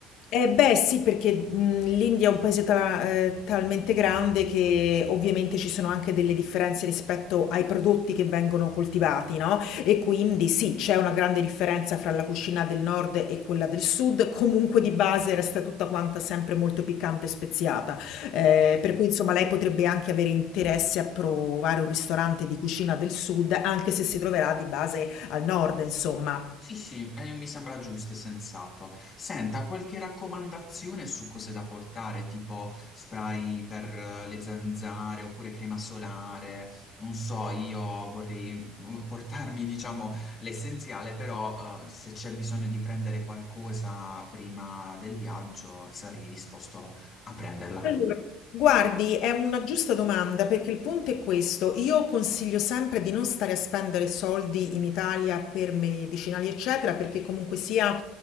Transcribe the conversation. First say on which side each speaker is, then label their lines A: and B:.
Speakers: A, on the left; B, on the left.
A: Eh beh sì, perché, mhmm, l'India è un paese ta ehm, talmente grande che ovviamente ci sono anche delle differenze rispetto ai prodotti che vengono coltivati, no, e quindi sì, c'è una grande differenza fra la cucina del nord e quella del sud, comunque di base resta tutta quanta sempre molto piccante e speziata. Ehm,
B: Ok.
A: per cui insomma lei potrebbe anche avere interesse a provare un ristorante di cucina del sud, anche se si troverà di base al nord insomma.
B: Sì, sì, eh, mi sembra giusto e sensato. Senta, qualche raccomandazione su cose da portare, tipo spray per eh, le zanzare oppure crema solare? Non so, io vorrei mm, portarmi, diciamo, l'essenziale, però eh, se c'è bisogno di prendere qualcosa prima del viaggio, sarei disposto a prenderla.
A: Allora, guardi, è una giusta domanda perché il punto è questo. Io consiglio sempre di non stare a spendere soldi in Italia per medicinali, eccetera, perché comunque sia